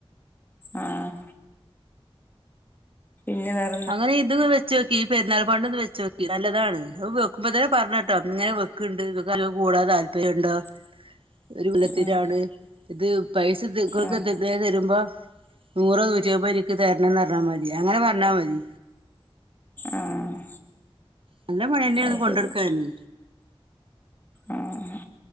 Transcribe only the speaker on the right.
അങ്ങനെ ഇതോന്ന് വെച്ചോക്കി ഈ പെരുന്നാൾ ഫണ്ടൊന്ന് വെച്ചോക്കി നല്ലതാണ് അത് വെക്കുമ്പം തന്നെ പർണട്ടോ ഇങ്ങനെ വെ ക്ക്ണ്ട് ഇങ്ങക്ക് നല്ലോം കൂടാൻ താല്പര്യണ്ടോ
ഒരു കൊല്ലത്തിനാണ്
ഇത് പൈസ നിങ്ങൾക്ക്
<unintelligible> തരുമ്പോ നൂറോ നൂ റ്റമ്പതോ ഇൻക്ക് തരണംന്ന് പർഞ്ഞാ മതി അങ്ങനെ പർഞ്ഞാ മതി
നല്ല പണ്യന്നേണ്
കൊണ്ടട്ക്കാന്